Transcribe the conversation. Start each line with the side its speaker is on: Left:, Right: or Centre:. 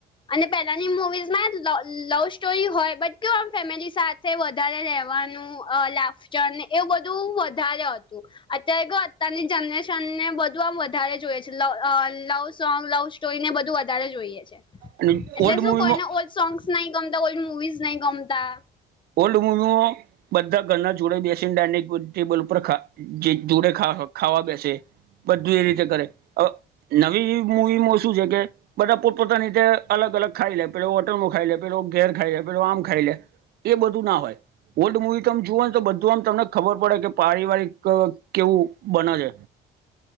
Left: અને પેલાની મુવીઝમાં લ-લવ સ્ટોરી હોય બટ કેવું આમ ફેમિલી સા સે વધારે રહેવાનું અ લાફસ્ટરને એવું બધું વધારે હતું, અત્યારે કેવું અત્યારની જનરે સનને બધું આમ વધારે જોઈએ છે, લવ અ લવ સોંગ, લવ સ્ટોરીને બધું વધારે જોઈએ છે. એટલે
Right: અને ઓલ્ડ
Left: શું
Right: મૂવીમાં
Left: કોઈને ઓલ્ડ સોંગસ નઈ ગમતા, કોઈન મુવીઝ નઈ ગમતા.
Right: ઓલ્ડ મૂવીમો બધા ઘરના જોડે બેસીન ડાઈનિક ટેબલ ઉપર ખા જે જોડે ખાવ-ખાવા બેસે. બધું એ રીતે કરે. અવ નવી મૂવીમાં શું છે કે બધા પોત-પોતાન રીતે અલગ-અલગ ખાઈ લે, પેલો હોટલમો ખાઈ લે, પેલો ઘેર ખાઈ લે, પેલો આમ ખાઈ લે. એ બધું ના હોય. ઓલ્ડ મુવી તમે જુઓ ને તો બધું આમ તમને ખબર પડે કે પારિવારિક અ કેવું બને છે.